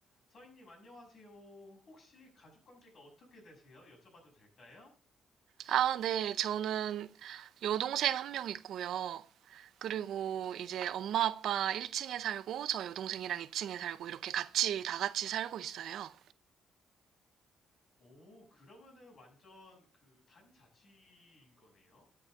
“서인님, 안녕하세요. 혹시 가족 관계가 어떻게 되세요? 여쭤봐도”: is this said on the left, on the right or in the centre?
Left